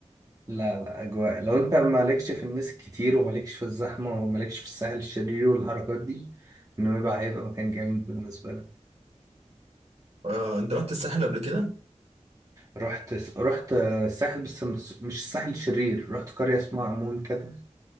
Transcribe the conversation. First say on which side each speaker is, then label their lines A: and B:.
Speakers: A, on the right; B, on the right.
A: لا لا أجواء لو أنت مالكش في الناس كتير ومالكش في الزحمة ومالكش في الساحل الشرير والحركات دي نويبع هيبقى مكان جامد بالنسبة لك
B: آه، انت رحت الساحل قبل كده
A: رحت رحت الساحل بس مش مش الساحل الشرير رحت قرية اسمها أمون كده